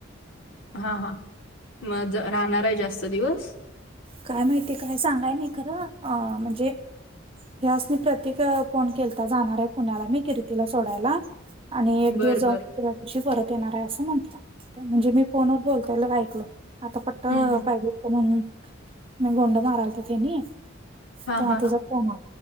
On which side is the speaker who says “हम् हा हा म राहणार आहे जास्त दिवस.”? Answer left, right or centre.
Left